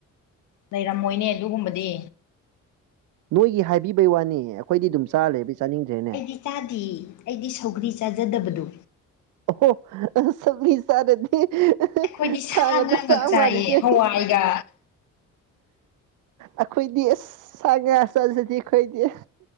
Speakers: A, on the left (about 75°); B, on the right (about 80°).
A: ꯂꯩꯔꯝꯃꯣꯏꯅꯦ ꯑꯗꯨꯒꯨꯝꯕꯗꯤ
B: ꯅꯣꯏꯒꯤ ꯍꯥꯏꯕꯤꯕꯩ ꯋꯥꯅꯤ ꯑꯩꯈꯣꯏꯗꯤ ꯑꯗꯨꯝ ꯆꯥꯔ ꯂꯩꯕꯩ ꯆꯥꯅꯤꯡꯗ꯭ꯔꯦꯅꯦ
A: ꯏꯆꯥꯥꯗꯤꯌꯦ ꯑꯩꯗꯤ ꯁꯧꯒꯔꯤ ꯆꯥꯖꯗꯕꯗꯣ
B: ꯑꯣꯍꯣ ꯁꯧꯒꯔꯤ ꯆꯥꯗꯔꯗꯤ
A: ꯑꯩꯈꯣꯏꯗꯤ
B: ꯁꯥꯒꯗ
A: ꯁꯥ ꯉꯥ ꯉꯥꯛ
B: ꯆꯥ
A: ꯆꯥꯏꯌꯦ
B: ꯃꯥꯜꯂꯤꯅꯦ
A: ꯍꯋꯥꯏꯒ
B: ꯑꯩꯈꯣꯏꯗꯤ ꯑꯁ ꯁꯥ ꯉꯥ ꯆꯥꯖꯗꯦ ꯑꯩꯈꯣꯏꯗꯤ